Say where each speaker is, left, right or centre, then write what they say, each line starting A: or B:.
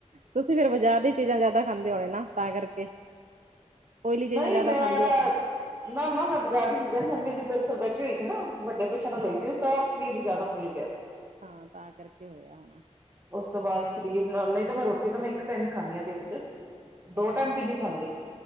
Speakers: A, on the right; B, on the right.
A: ਤੁਸੀਂ ਫਿਰ ਬਾਜ਼ਾਰ ਦੀ ਚੀਜ਼ਾਂ ਜ਼ਿਆਦਾ ਖਾਂਦੇ ਹੋਣੇ ਨਾ ਤਾਂ ਕਰਕੇ। ਓਇਲੀ
B: ਨਹੀਂ
A: ਚੀਜ਼ਾਂ ਜ਼ਿਆਦਾ
B: ਮੇਰਾ
A: ਖਾਂਦੇ ਹੋਣੇ
B: ਨਾ- ਨਾ ਮੈਂ ਬਾਜ਼ਾਰ ਦੀ ਚੀਜ਼ਾਂ ਨੀ ਖਾਂਦੀ, ਮੇਰੀ ਦਰਅਸਲ ਬੇਟੀ ਹੋਈ ਸੀ, ਨਾ ਵੱਡੇ ਅਪੇ੍ਸਨ ਨਾਲ ਹੋਈ ਸੀ, ਉਸ ਤੋਂ ਬਾਦ ਸਰੀਰ ਜ਼ਿਆਦਾ ਭੁੱਲ ਗਿਆ।
A: ਹਾਂ, ਤਾਂ ਕਰਕੇ ਹੋਇਆ ਹੋਣਾ।
B: ਉਸ ਤੋਂ ਬਾਅਦ ਸਰੀਰ ਨ ਨਹੀਂ ਤਾਂ ਮੈਂ ਰੋਟੀ ਤਾਂ ਮੈਂ ਇੱਕ ਟਾਈਮ ਹੀ ਖਾਂਨੀ ਹਾਂ ਦਿਨ 'ਚ।
A: ਹਮ
B: ਦੋ ਟਾਈਮ ਵੀ ਨੀ ਖਾਂਦੀ।